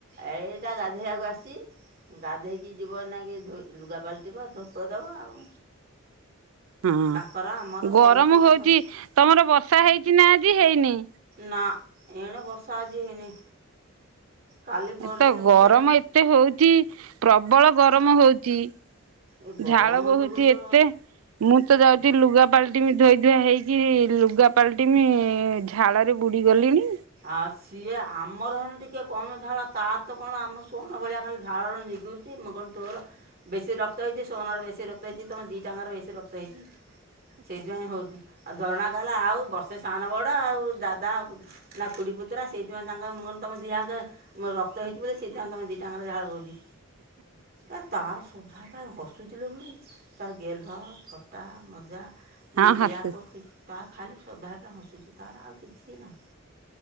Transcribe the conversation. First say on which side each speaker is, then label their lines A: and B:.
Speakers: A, on the right; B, on the right.
A: ଆ ଏଇପା ଗାଧେଇବାକୁ ଆସଚି। ଗାଧେଇକି ଯିବ ଏଇନାକେ ଧୂ ଲୁଗା ପାଲଟିବ ଧୂପ ଦବ ଆଉ।
B: ହୁଁ
A: ତାଙ୍କର ଆମର
B: ଗରମ
A: ସମସ୍ତଙ୍କର
B: ହୋଉଚି ତମର ବର୍ଷା ହେଇଚି ନା ଆଜି ହେଇନି?
A: ନା ଏଣେ ବର୍ଷା ଆଜି ହେଇନି କାଲି
B: ଏ
A: ପରଦିନ
B: ତ
A: ହେଇଥିଲା
B: ଗରମ ଏତେ ହୋଉଚି ପ୍ରବଳ ଗରମ ହୋଉଚି।
A: ଏ ଗରମ
B: ଝାଳ ବୋହୁଚି
A: ଯୋଗୁଁ ତ
B: ଏତେ ମୁଁ ତ ଯାଉଚି ଲୁଗା ପାଲ ଟିମି ଧୋଇ ଧୁଆ ହେଇକି ଲୁଗା ପାଲଟିମି ଝାଳରେ ବୁଡି ଗଲିଣି।
A: ଆଉ ସିଏ ଆମର ହେନେ ଟିକେ କମ ଝାଳ ତାର ତ କଣ ଆମ ସୋହନ ଭଳିଆ ଖାଲି ଝାଳରେ ନିଗୁରୁ ସେ ମୁଁ କହିନ୍ ତୋର ବେଶୀ ରକ୍ତ ହେଇଚି ସୋହନର ବେଶୀ ରକ୍ତ ହେଇଚି ତମ ଦିଇଟା ଆଙ୍କର ବେଶୀ ରକ୍ତ ହେଇଚି। ସେଇଥିପାଇଁ ହୋଉଚି ଆଉ ଝରଣା କହିଲା ଆଉ ବର୍ଷେ ସାନ ବଡ ଆଉ ଦାଦା ପୁ ନା ଖୁଡ଼ି ପୁତୁରା ସେଇଥିପାଇଁ ତାଙ୍କର ମୁଁ କହିନି ତମେ ଦିହାଙ୍କେ ରକ୍ତ ହେଇଚି ବୋଲି ସେଇଥିପାଇଁ ଦିଇଟା ଆଙ୍କର ଝାଳ ବୋହୁଚି। ଆ ତାର ସୋଭା ପାଇଁ ବସ୍ ଚିଲୋ ବୁଢ଼ୀ ତାର ଗେଲହ ଥଟା, ମଜା,
B: ହଁ
A: ଏ
B: ହସୁ
A: ଏଇଆ କରୁଚି। ତା ଖାଲି ଶ୍ରଦ୍ଧାଟା ହସୁଚି ତାର ଆଉ କିଛି ନାହିଁ।